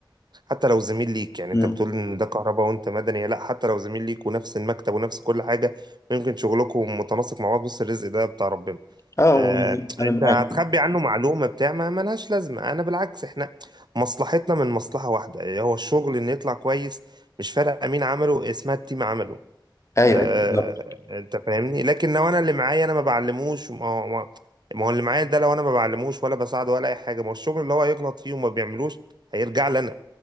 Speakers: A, on the right; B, on the left.
A: حتى لو زميل ليك يعني
B: مم.
A: انت بتقول ان ده كهرباء وانت مدني لا حتى لو زميل ليك ونفس المكتب ونفس كل حاجة ويمكن شغلكم متناسق مع بعض بص الرزق ده بتاع ربنا
B: اه
A: آه انت
B: انا معاك
A: هتخبي عنه معلومة بتاع ما ملهاش لازمة انا بالعكس احنا مصلحتنا من مصلحة واحدة هو الشغل ان يطلع كويس مش فارق مين عمله اسمها التيم عمله
B: ايوه
A: آه،
B: بالظبط
A: انت فاهمني لكن لو انا اللي معايا انا ما بعلموش ما هو ما ما هو اللي معايا ده لو انا ما بعلموش ولا بساعده ولا اي حاجه ما هو الشغل اللي هو يغلط فيه وما بيعملوش هيرجع لي انا